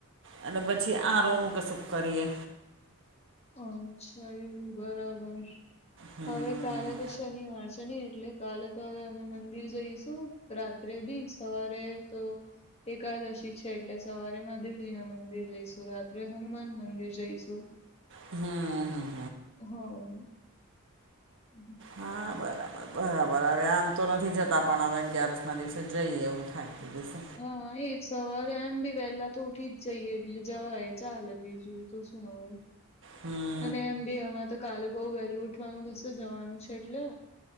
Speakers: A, on the right (about 60°); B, on the left (about 30°).
A: અને પછી આ રોનું કશું કરીએ.
B: અચ્છા એમ બરાબર
A: હમ
B: હવે કાલે તો શનિવાર છે ને એટલે કાલે તો હવે અમે મંદિર જઈશું રાત્રે બી સવારે તો એકાદશી છે એટલે સરે મહાદેવજી ના મંદિર જઈશું રાત્રે હનુમાન મંદિર જઈશું
A: હમ હમ.
B: હ. હમ
A: હા બરાબર બરાબર હવે આમ તો નથી જતા પણ હવે અગિયારસ ના દિવસે જઈએ એવું થાય. <unintelligible>
B: હા એજ સવારે એમ ભી પેલા તો ઉઠી જ જઈએ એટલે જય ચાલે બીજું તો શું હવે.
A: હમ
B: અને એમ બી હમાં તો કાલે બઉ વહેલું ઉઠવાનું થશે જવાનું છે એટલે.